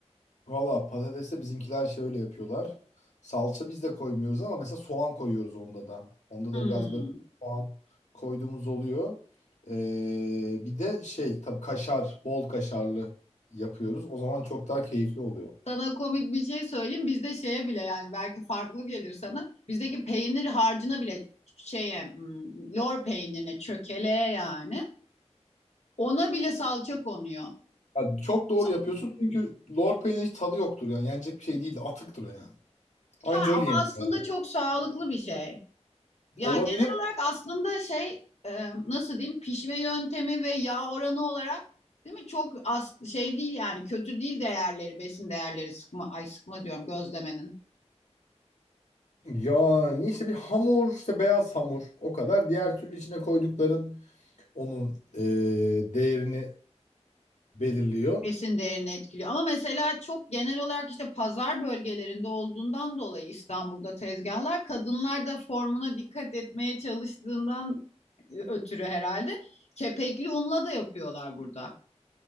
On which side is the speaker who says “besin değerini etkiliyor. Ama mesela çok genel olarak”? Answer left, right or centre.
Left